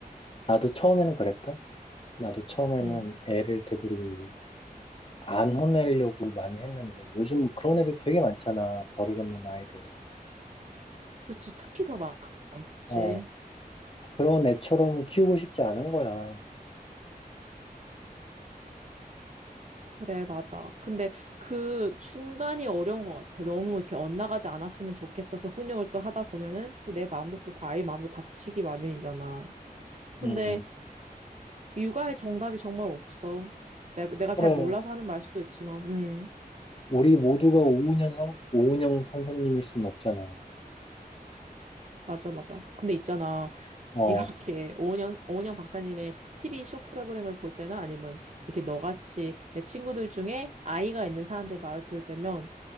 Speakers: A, on the left (about 35°); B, on the right (about 45°).
A: 나도 처음에는 그랬다. 나도 처음에는
B: 응.
A: 애를 되도록이면 안 혼내려고 많이 했는데, 요즘 그런 애들 되게 많잖아. 버릇없는 아이들.
B: 그렇지. 특히 더 많지.
A: 어, 그런 애처럼 키우고 싶지 않은 거야.
B: 그래, 맞아. 근데 그 중간이 어려운 것 같아. 너무 이렇게 엇나가지 않았으면 좋겠어서 훈육을 또 하다 보면은 또 내 마음도 그렇고 아이 마음도 다치기 마련이잖아. 근데
A: 음,
B: 육아의 정답이 정말 없어. 내가, 내가
A: 그래.
B: 잘 몰라서 하는 말 수도 있지만, 음,
A: 우리 모두가 오은영, 선- 오은영 선생님일 순 없잖아.
B: 맞아, 맞아. 근데 있잖아.
A: 어,
B: 이렇게 오은영, 오은영 박사님의 TV 쇼 프로그램을 볼 때나 아니면 이렇게 너같이 내 친구들 중에 아이가 있는 사람들 말을 들을 때면